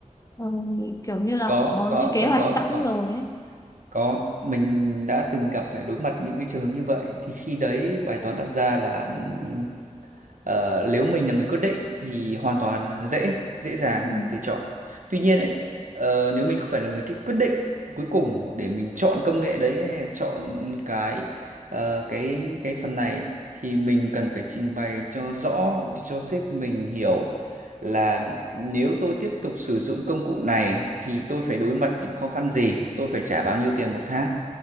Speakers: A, on the left (about 25°); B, on the right (about 80°).
A: ừ, kiểu như là
B: có
A: có
B: có
A: những kế
B: có
A: hoạch
B: có
A: sẵn
B: có
A: rồi ấy
B: Có, mình đã từng gặp phải đối mặt những cái trường hợp như vậy thì khi đấy bài toán đặt ra là ừm, ờ, nếu mình là người quyết định thì hoàn toàn dễ, dễ dàng
A: Ừ.
B: mình có thể chọn. Tuy nhiên ấy, ờ, nếu mình không phải là người cái quyết định cuối cùng để mình chọn công nghệ đấy hay là chọn cái ờ, cái cái phần này thì mình cần phải trình bày cho rõ cho sếp mình hiểu là nếu tôi tiếp tục sử dụng công cụ này thì tôi phải đối mặt những khó khăn gì? Tôi phải trả bao nhiêu tiền một tháng?